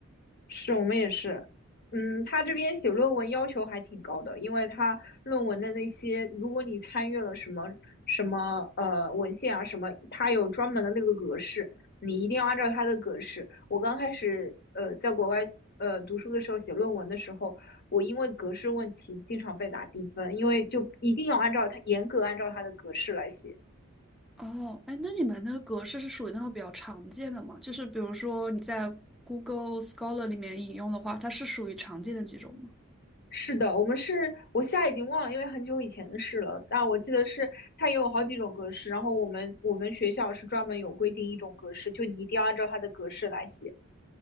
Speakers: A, on the left; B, in the centre.
A: 是我们也是，嗯，他这边写论文要求还挺高的，因为他论文的那些，如果你参阅了什么什么呃文献啊什么，他有专门的那个格式，你一定要按照他的格式。我刚开始呃在国外呃读书的时候写论文的时候，我因为格式问题经常被打低分，因为就一定要按照他严格按照他的格式来写。
B: 哦，哎，那你们那个格式是属于那种比较常见的吗？就是比如说你在 Google Scholar 里面引用的话，它是属于常见的几种吗？
A: 是的，我们是我现在已经忘了，因为很久以前的事了。但我记得是它也有好几种格式，然后我们我们学校是专门有规定一种格式，就你一定要按照它的格式来写。